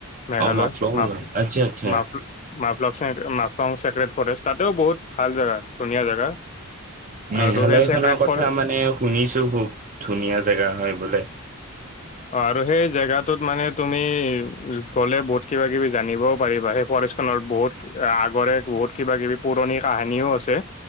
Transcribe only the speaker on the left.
মেঘালয,
<unintelligible>
<unintelligible> মাফলং ছেক্ৰেট ফৰেষ্ট, তাতেও বহুত ভাল জেগা, ধুনীয়া জেগা।
আৰু সেই চেক্ৰেট
ফৰ অ',
অ', আৰু সেই জেগাটোত মানে তুমি গলে বহুত কিবা কিবি জানিবওঁ পাৰিবা সেই <unintelligible> বহুত আগৰে, বহুত কিবা কিবি পুৰণি কাহিনিও আছে।